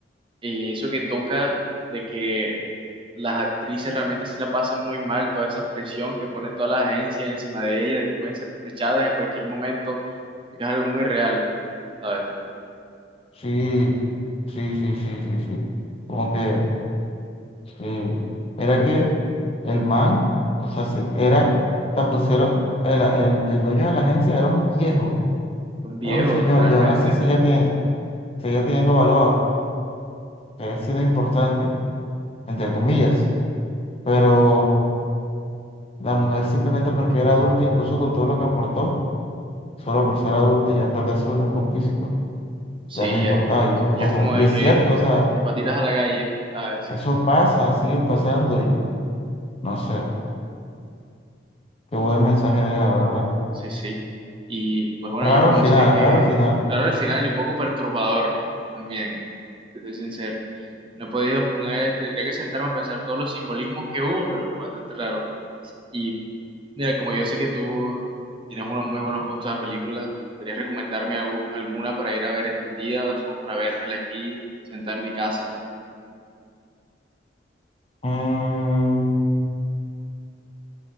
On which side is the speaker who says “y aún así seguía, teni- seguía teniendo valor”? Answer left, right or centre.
Left